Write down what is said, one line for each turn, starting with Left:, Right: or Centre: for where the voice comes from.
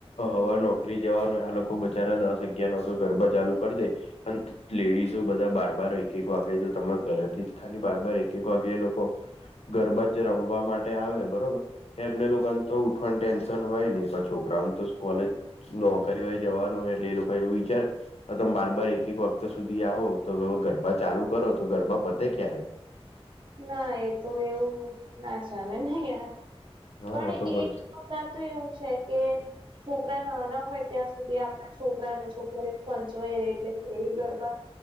Right: હમ
Left: હવા નોકરી જવાનું આ લોકો બચારા દસ અગિયાર વાગે ગરબા ચાલુ કરી દે. અને લેડીઝો બધા બાર બાર એક એક વાગે જો તમારા ઘરેથી ખાલી બારબાર એક એક વાગે એ લોકો. ગરબાચ રમવા માટે આવે બરોબર, એમને
Right: હમ
Left: લોકો તો ઉઠવાનું ટેન હોય ને પણ છોકરાઓને તો કોલેજ નોકરી હોય જવાનું હોય એટલે એ લોકો એવું વિચારે તો તમે બાર બાર એક એક વખત સુધી આવો તો ગરબા ચાલુ કરો તો ગરબા પતે ક્યારે?
Right: ના એ તો એવું ના ચાલે નહી યાર
Left: હા
Right: પણ
Left: તો પછી
Right: એકતા તો એવું છે કે છોકરા ના ના હોય ત્યાં સુધી આપડા છોકરાને છક પચવાય ર એટલે ફેરી ગરબા